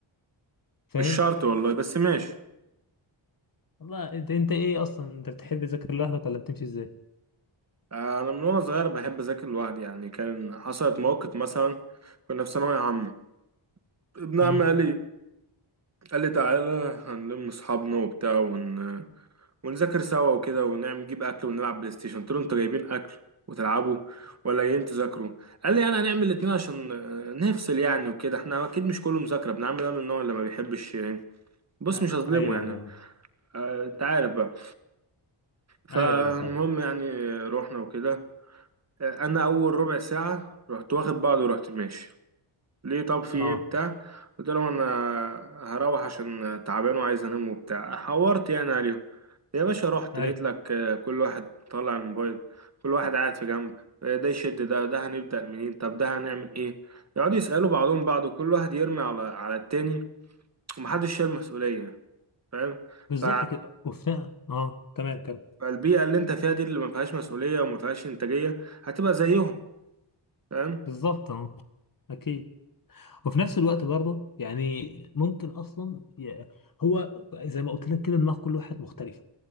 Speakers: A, on the left; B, on the right.
A: فاهم
B: مش شرط والله بس ماشي
A: والله انت انت ايه اصلا انت بتحب تذاكر لوحدك ولا بتمشي ازاي
B: آه، انا من وانا صغير بحب اذاكر لوحدي يعني كان حصلت موقف مثلا كنا في ثانويه عامه ابن عمي
A: امم
B: قال لي قال لي تعالى هنلم اصحابنا وبتاع ون... ونذاكر سوا وكده ونعمل نجيب اكل ونلعب بلاي ستيشن قلت له انتوا جايبين اكل وتلعبوا ولا جايين تذاكروا قال لي انا هنعمل الاتنين عشان آه، نفصل يعني وكده احنا اكيد مش كله مذاكره ابن عمي ده من النوع اللي ما بيحبش يعني بص
A: آه،
B: مش هظلمه
A: ايوه
B: يعني
A: ايوه
B: آه، انت عارف بقى فالمهم
A: ايوه ايوه فعلا
B: يعني رحنا وكده آه، انا اول ربع ساعه رحت واخد بعضي ورحت ماشي ليه طب في ايه
A: اه
B: بتاع قلت لهم انا هروح عشان تعبان وعايز انام وبتاع حورت يعني عليهم يا باشا رحت
A: ايوه
B: لقيت لك آه، كل واحد طالع الموبايل كل واحد قاعد في جنب آه، ده يشد ده ده هنبدأ منين طب ده هنعمل ايه يقعدوا يسألوا بعضهم بعض وكل واحد يرمي على على التاني ومحدش شايل مسؤولية فاهم
A: بالظبط
B: ف...
A: كده وفي اه تمام كمل
B: فالبيئة اللي انت فيها دي اللي ما فيهاش مسؤولية وما فيهاش انتاجية هتبقى زيهم فاهم
A: بالظبط اه اكيد وفي نفس الوقت برضه يعني ممكن اصلا ي- هو زي ما قلت لك كده دماغ كل واحد مختلفه